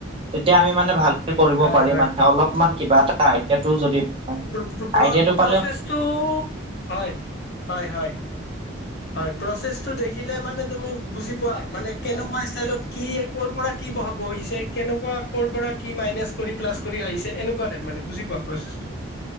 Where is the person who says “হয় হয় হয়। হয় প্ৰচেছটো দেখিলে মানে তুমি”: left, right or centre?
Left